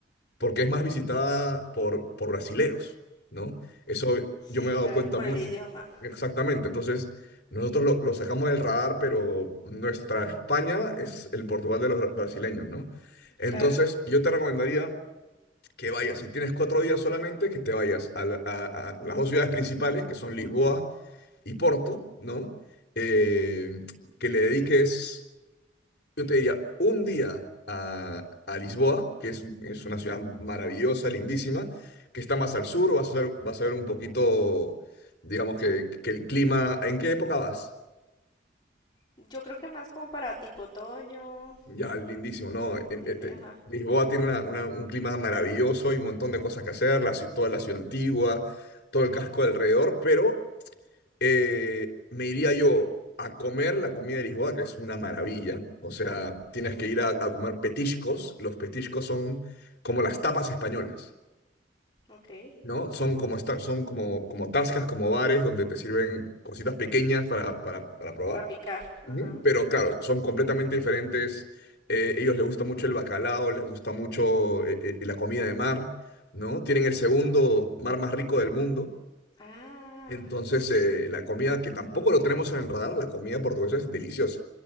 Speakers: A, on the left (about 60°); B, on the left (about 25°).
A: porque es más visitada por, por brasileros, ¿no? Eso
B: Sí,
A: yo me he
B: claro,
A: dado cuenta
B: por
A: mucho.
B: el idioma,
A: Exactamente, entonces nosotros lo, lo sacamos del radar, pero nuestra España es el Portugal de los bra- brasileños, ¿no? Entonces
B: claro.
A: yo te recomendaría que vayas, si tienes cuatro días solamente, que te vayas a, la- a- a las dos ciudades principales, que son Lisboa y Porto, ¿no? Eh,
B: ujú.
A: que le dediques... Yo te diría un día a, a Lisboa, que es, es una ciudad maravillosa, lindísima, que está más al sur, vas a ver, vas a ver un poquito, digamos que, que el clima. ¿En qué época vas?
B: Yo creo que más como para tipo otoño,
A: Ya, lindísimo, ¿no?
B: septiembre,
A: En- este,
B: ajá.
A: Lisboa tiene una- una- un clima maravilloso, hay un montón de cosas que hacer, la ci- toda la ciudad antigua, todo el casco alrededor, pero eh, me iría yo a comer la comida de Lisboa, que es una maravilla. O sea,
B: Ujú,
A: tienes que ir a, a comer petiscos. Los petiscos son como las tapas españolas,
B: ok,
A: ¿no? Son como, esta- son como, como tascas, como bares donde te sirven cositas pequeñas para, para, para probar.
B: para picar, ajá.
A: Ujú. Pero claro, son completamente diferentes. Eh, ellos les gusta mucho el bacalao, les gusta mucho eh, eh, la comida de mar, ¿no? Tienen el segundo mar más rico del mundo.
B: Ah,
A: Entonces,
B: s-
A: eh, la comida, que tampoco lo tenemos en el radar, la comida portuguesa es deliciosa.